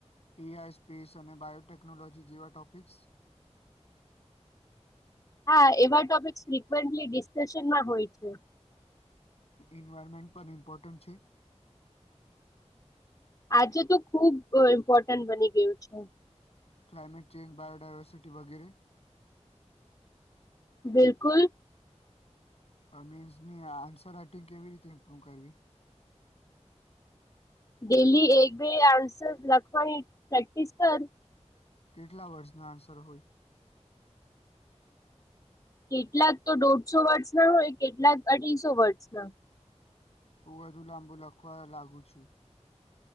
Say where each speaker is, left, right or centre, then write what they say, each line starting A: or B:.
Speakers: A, on the left (about 60°); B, on the left (about 30°).
A: ઈ આઈ સ્પેસ અને બાયોટેકનોલોજી જેવા ટોપિક્સ.
B: હા એવા ટોપિકસ ફ્રિકવેન્ટલી ડિસ્કશનમાં હોય છે.
A: ઇન્વાયરમેન્ટ પણ ઇમ્પોર્ટન્ટ છે?
B: આજે તો ખુબ ઇમ્પોર્ટન્ટ બની ગયું છે.
A: ક્લાઇમેટ ચેન્જ બાયોડાયવર્સિટી વગેરે.
B: બિલકુલ.
A: મીન્સ ની આન્સર રાઈટિંગ કેવી રીતે ઇમ્પ્રુવ કરવી?
B: ડેલી એક બે આન્સર લખવાની પ્રેક્ટિસ કર.
A: કેટલા વર્ષ ના આન્સર હોય?
B: કેટલાક તો દોઢસો વર્ષ ના હોય કેટલાક અઢીસો વર્ષના.
A: હું વધુ લાંબુ લખવા લાગુ છું.